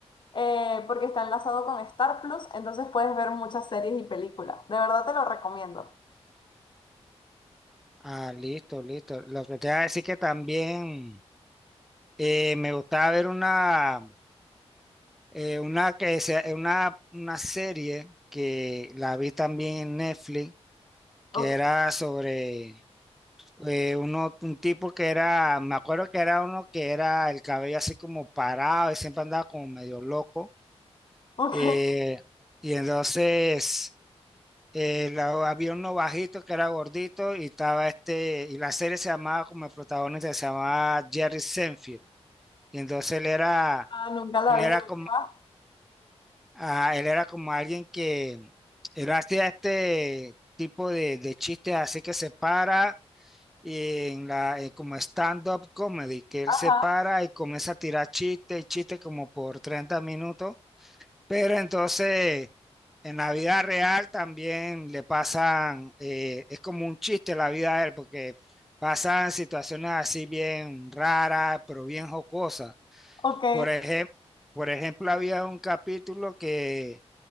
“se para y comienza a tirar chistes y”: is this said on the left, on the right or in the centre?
Centre